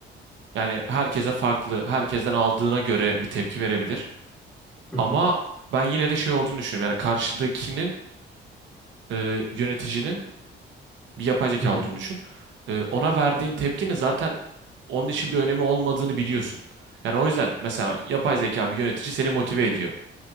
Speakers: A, on the right; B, in the centre.
A: Yani herkese farklı, herkesten aldığına göre bir tepki verebilir.
B: Hı
A: Ama
B: hı,
A: ben yine de şey olduğunu düşünüyorum. Yani karşıdakinin e, yöneticinin bir yapay zeka
B: hı hı,
A: olduğunu düşün. E, ona verdiğin tepkinin zaten onun için bir önemi olmadığını biliyorsun. Yani o yüzden mesela yapay zeka bir yönetici seni motive ediyor.